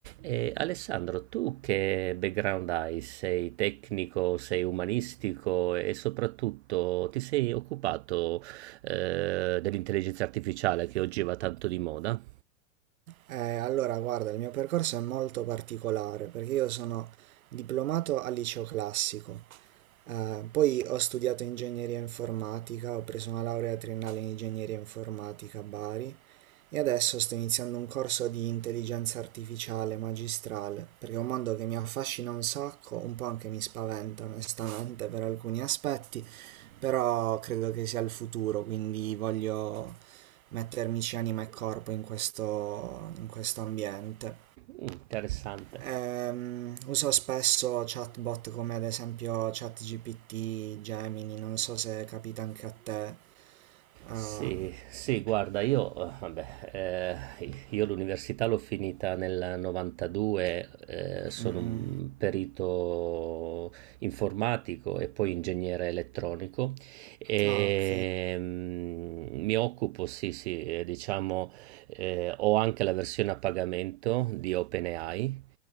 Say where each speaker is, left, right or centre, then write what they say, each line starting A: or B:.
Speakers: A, on the right; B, on the right.
A: E Alessandro, tu che background hai? Sei tecnico, sei umanistico e soprattutto ti sei occupato eh, dell'intelligenza artificiale che oggi va tanto di moda?
B: Eh, allora, guarda, il mio percorso è molto particolare perché io sono diplomato al liceo classico, eh, poi ho studiato ingegneria informatica, ho preso una laurea triennale in ingegneria informatica a Bari e adesso sto iniziando un corso di intelligenza artificiale magistrale perché è un mondo che mi affascina un sacco, un po' anche mi spaventa onestamente per alcuni aspetti, però credo che sia il futuro, quindi voglio mettermici anima e corpo in questo, in questo ambiente.
A: Mm, Interessante.
B: Ehm, uso spesso chatbot come ad esempio ChatGPT, Gemini, non so se capita anche a te. Ah,
A: Sì, sì, guarda, io, eh, vabbè, eh, io l'università l'ho finita nel 92, eh, sono
B: mm, mm.
A: un perito informatico e poi ingegnere elettronico e
B: Ah, ok.
A: mm, mi occupo, sì, sì, eh, diciamo, eh, ho anche la versione a pagamento di OpenAI.